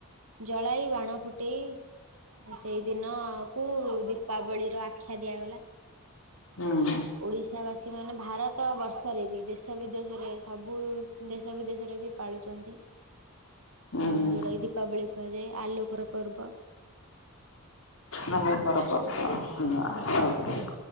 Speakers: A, on the right; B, on the left.
A: ଜ ଜଳାଇ ବାଣ ଫୁଟେଇ ସେଇ ଦିନ କୁ ଦୀପାବଳି ଆଖ୍ୟା ଦିଆଗଲା।
B: ହୁଁ
A: ଓଡିଶା ବାସୀ ମାନେ ଭାରତ ବର୍ଷ ଦେଶରେ ବି ଦେଶ ବିଦେଶରେ ସବୁ ଦେଶ ବିଦେଶରେ ବି ପାଳୁଚନ୍ତି।
B: ହୁଁ
A: ଅ ଯୋଉଟା କି ଦୀପାବଳି କୁହାଯାଏ। ଆଲୋକର ପର୍ବ।
B: ନଲେ ଫରକ <unintelligible>